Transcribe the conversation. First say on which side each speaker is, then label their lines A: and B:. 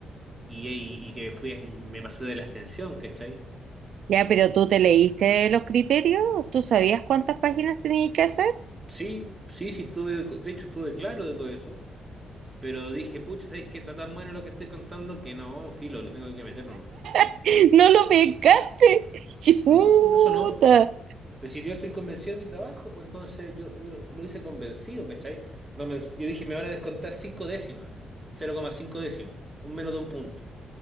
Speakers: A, on the right (about 15°); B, on the right (about 70°).
A: Y, y- y que fui, me pasé de la extensión, ¿cachai?
B: Ya, pero tú te leíste los criterios, tú sabías cuántas páginas tenías que hacer,
A: Sí, sí, sí, tuve, de hecho estuve claro de todo eso, pero dije, pucha, ¿sabes qué? Está tan bueno lo que estoy contando que no, filo, lo tengo que meter nomás, ¿cachai?
B: <laughs> no lo pescaste. <laughs> Chuta.
A: No, no, eso no. Pero si yo estoy convencido de mi trabajo, pues entonces yo, yo lo hice convencido, ¿cachai? No me- yo dije, me van a descontar cinco décimas, 0,5 décimas, un menos de un punto.